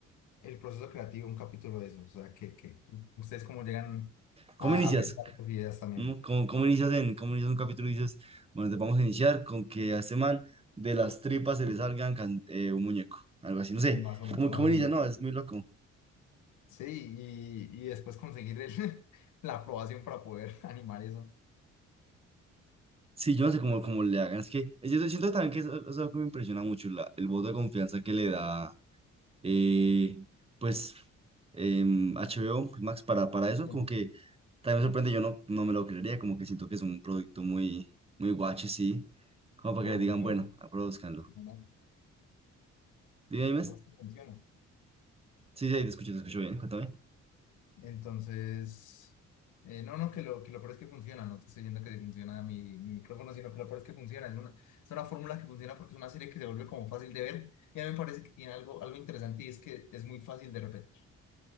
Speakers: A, on the left; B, on the right.
A: el proceso creativo, un capítulo de eso. O sea, que, que ustedes cómo llegan
B: ¿Cómo
A: a,
B: inicias?
A: a pensar esas ideas también.
B: ¿No? ¿Cómo, cómo inicias en, cómo inicias un capítulo y dices, bueno, te vamos a iniciar con que a este man de las tripas se le salgan can- eh, un muñeco, algo así, no
A: Sí,
B: sé,
A: más o,
B: ¿cómo,
A: más
B: cómo
A: o
B: inicia?
A: menos.
B: No, es muy loco.
A: Sí, y, y después conseguir el- <laughs> la aprobación para poder <laughs> animar eso.
B: Sí, yo no sé cómo, cómo le hagan, es que es- yo siento también que eso, eso es algo que me impresiona mucho, la- el voto de confianza que le da, eh, pues, em, HBO, pues, Max, para, para eso,
A: Sí,
B: como que también me sorprende, yo no, no me lo creería, como que siento que es un producto muy, muy guache, sí, como para
A: pero
B: que le
A: funciona,
B: digan, bueno, produzcanlo.
A: ¿verdad?
B: Dime, dime.
A: Basta, funciona.
B: Sí, sí, ahí te escucho, te escucho bien, cuéntame.
A: Entonces, eh, no, no, que lo, que lo peor es que funciona, no te estoy diciendo que funciona mi, mi micrófono, sino que lo peor es que funciona. Es una, es una fórmula que funciona porque es una serie que se vuelve como fácil de ver. Y a mí me parece que tiene algo, algo interesante y es que es muy fácil de repetir.